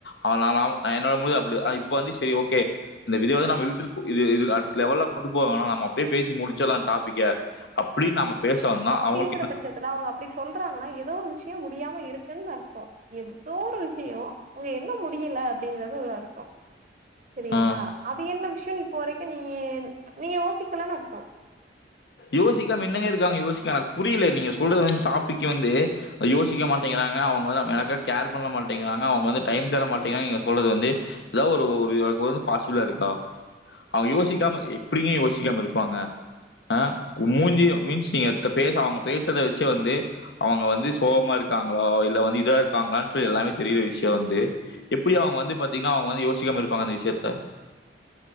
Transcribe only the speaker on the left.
நா நா நாம் என்னோட முடிவு அப்டிதா இப்ப வந்து சேரி ஓகே இந்த விதி வந்து நம்ம இழுத்துட்டு அடுத்த லெவல்ல கொண்டு போவ் வேணா நம்ம அப்டியே பேசி முடுச்சுருலா இந்த டாபிக்க அப்டின் நம்ம பேச வந்தா
அவங்களுக்கு
ஆ.
யோசிக்காம என்னங்க இருக்காங்க யோசிக்க எனக்கு புரியல நீங்க சொல்றது டாபிக் வந்து யோசிக்க மாட்டேங்கிறாங்க அவங்க வந்து எனக்க கேர் பண்ண மாட்டேங்கிறாங்க அவங்க வந்து டைம் தர மாட்டேங்கிறாங்க நீங்க சொல்றது வந்து ஏதா ஒரு ஒரு பாசிபிளா இருக்கா அவங்க யோசிக்காம எப்டிங்க யோசிக்காம இருப்பாங்க அ மூஞ்சிய மீன்ஸ் நீங்க பேசாம அவங்க பேசுறத வெச்சு வந்து அவங்க வந்து சோகமா இருக்காங்கலா இல்ல வந்து இதா இருக்காங்ளான் சொல்லி எல்லாமே தெரியிற விஷ்யோ வந்து எப்புடி அவங்க வந்து பாத்தீங்கன்னா அவங்க வந்து யோசிக்காம இருப்பாங்க அந்த விஷயத்த